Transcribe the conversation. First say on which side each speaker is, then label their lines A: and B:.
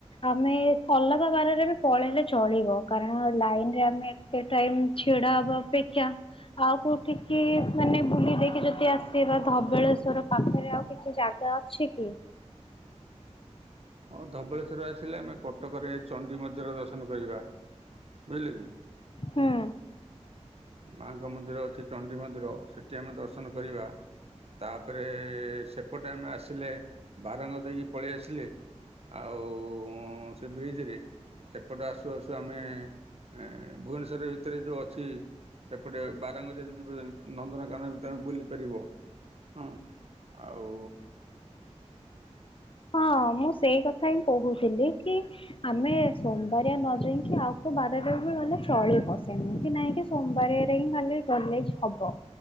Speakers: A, on the left (about 50°); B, on the right (about 60°).
A: ଆମେ ଅଲଗା ବାରରେ ବି ପଳେଇଲେ ଚଳିବ କାରଣ ଲାଇନ୍ ରେ ଆମେ ତେ ଟାଇମ୍ ଛିଡ଼ା ହବା ଅପେକ୍ଷା ଆଉ କୋଉଠିକି ମାନେ ବୁଲି ଦେଇକି ଯଦି ଆସିବା ଧବଳେଶ୍ଵର ପାଖରେ ଆଉ କିଛି ଜାଗା ଅ ଛିକି?
B: ହଁ ଧବଳେଶ୍ୱର ଆସିଲେ ଆମେ କଟକରେ ଚଣ୍ଡି ମନ୍ଦିର ଦର୍ଶନ କରିବା। ବୁଝିଲେ କି
A: ହୁଁ।
B: ମାଙ୍କ ମନ୍ଦିର ଅଛି ଚ୍ ଚଣ୍ଡିୀ ମନ୍ଦିର ସେଠି ଆମେ ଦର୍ଶନ କରିବା ତାପରେ ସେ ପଟେ ଆମେ ଆସିଲେ ବାରଙ୍ଗ ଦେଇକି ପଳେଇ ଆସିଲେ ଆଉ ଉଁ ସେ ବ୍ରିଜି ରେ ଏପଟ ଆସୁ ଆସୁ ଆମେ ଏଁ ଭୁବନେଶ୍ଵର ଭିତରେ ଯୋଉ ଅଛି। ସେପଟେ ବାରାଙ୍ଗ ଦେଇକି ଯିବ ଯଦି ନନ୍ଦନକାନ ବି ତମେ ବୁଲି ପାରିବ। ହୁଁ ଆଉ
A: ହଁ ମୁଁ ସେଇ କଥା ହିଁ କହୁଥିଲି କି ଆମେ ସୋମବାରିଆ ନ ଯାଇକି ଆଉ କୋଉ ବାରରେବି ଗଲେ ଚଳିବ ସେମିତି ନାଇଁ ଯେ ସୋମବାରରେ ହିଁ ଗଲେ କଲେଜ ହବ।